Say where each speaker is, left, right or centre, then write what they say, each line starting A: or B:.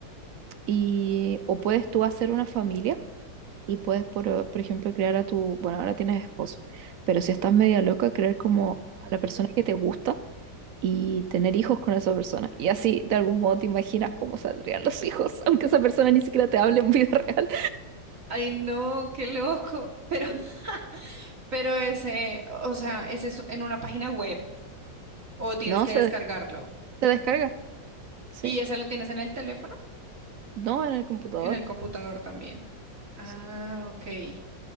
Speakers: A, on the right; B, on the right.
A: Y, o puedes tú hacer una familia y puedes, por, por ejemplo, crear a tu, bueno, ahora tienes esposo, pero si estás media loca, crear como a la persona que te gusta y tener hijos con esa persona. Y así, de algún modo, te imaginas cómo saldrían los hijos, aunque esa persona ni siquiera te hable en vida <laughs> real.
B: Ay, no, qué loco. Pero, <laughs> pero ese, o sea, ese es en una página web o tienes
A: No,
B: que
A: se,
B: descargarlo.
A: des- se descarga, sí.
B: ¿Y ese lo tienes en el teléfono?
A: No en el computador.
B: En el computador también. Ah,
A: sí.
B: ok. ¿Y,